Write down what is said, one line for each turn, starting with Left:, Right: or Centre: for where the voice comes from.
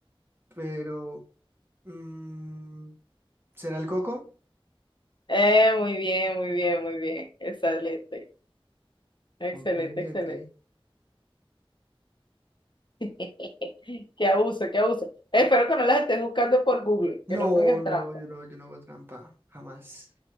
Right: pero mm, ¿será el coco?
Left: Eh, muy bien, muy bien, muy bien. Excelente. Excelente,
Right: Ok,
Left: excelente.
Right: ok.
Left: <laughs> Qué abuso, qué abuso. Espero que no las estés buscando por Google,
Right: No,
Left: que no me hagas
Right: no,
Left: trampa.
Right: yo no, yo no hago trampa, jamás.